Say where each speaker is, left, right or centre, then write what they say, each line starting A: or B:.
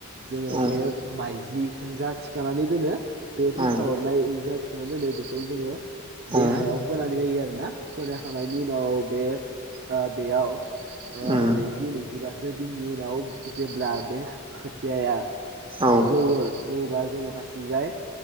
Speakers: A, on the right; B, on the right.
A: जोङो
B: औ
A: बे माइज्लिखौ जा थिखानानै दोनो बे
B: औ
A: फेखा आर'नाय इन्जुराव थिखोना दोनो बेखौ जोङो बे
B: औ
A: हायाव फोनानै होयो आरोना फोनाहोखांनायनि उनाव बे बेयाव
B: उम
A: नैजि नैजिबासो दिननि उनाव जेब्ला बे खोथियाया
B: औ
A: जौवो जौबा जोङो फारसेजाय